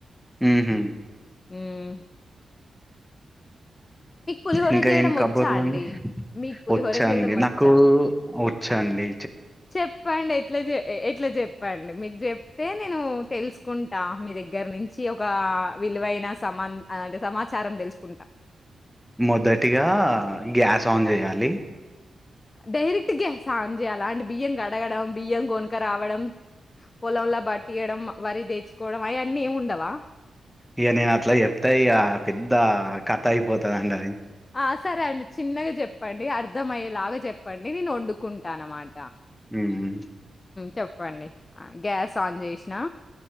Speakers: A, in the centre; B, on the left.
A: హమ్మ
B: మ్మ్ పులిహోర
A: ఇంకా
B: జేయడం
A: ఏం కబుర్లు
B: ఒచ్చా అండి?
A: అన్నీ
B: మీకు పులిహోర
A: వచ్చాండి
B: జేయడం ఒచ్చా?
A: నాకు చండి
B: చెప్పండి ఎట్లజే ఎట్ల ఇట్లా చెప్పండి మీకు చెప్తే నేను తెలుసుకుంటా మీ దగ్గర నుంచి ఒక విలువైన సమా అంటే సమాచారం తెలుసుకుంటా
A: మొదటిగా గ్యాస్ ఆన్ చేయాలి
B: డైరెక్ట్ గ్యాస్ ఆన్ చెయ్యాలా అంటే బియ్యం కడగడం బియ్యం కొనుక రావడం పొలలా బట్టియడం వరి తెచ్చుకోవడం అయ్యన్ని ఏమి ఉండవా
A: ఇయ్య నేన్ అట్లా చెప్ త్త యా పెద్ద కథ అయిపోతుందండి అది
B: ఆ సరే అండి చిన్నగా చెప్పండి అర్ధంమయ్యేలాగా చెప్ప ఇప్పండి నేను వండుకుంటాను అన్నమాట
A: మ్మ్
B: చెప్పండి గ్యాస్ ఆన్ చేసినా